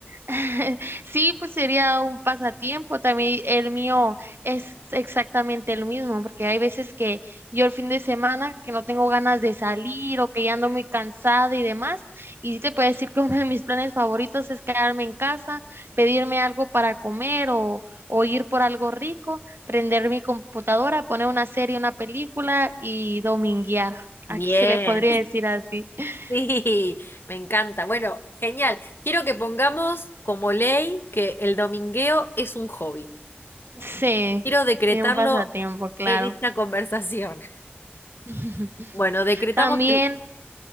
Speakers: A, on the right (about 65°); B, on the left (about 65°).
A: <laughs> Sí, pues sería un pasatiempo. También el mío es exactamente lo mismo, porque hay veces que yo el fin de semana que no tengo ganas de salir o que ya ando muy cansada y demás. Y sí te puedo decir que <laughs> uno de mis planes favoritos es quedarme en casa, pedirme algo para comer o, o ir por algo rico, prender mi computadora, poner una serie, una película y dominguear.
B: Bien,
A: Aquí se le podría
B: <laughs>
A: decir así. <laughs>
B: sí, me encanta. Bueno, genial. Quiero que pongamos como ley que el domingueo es un hobby.
A: Sí,
B: Quiero decretarlo
A: es un pasatiempo, claro.
B: en esta conversación.
A: <laughs>
B: Bueno, decretamos
A: También,
B: el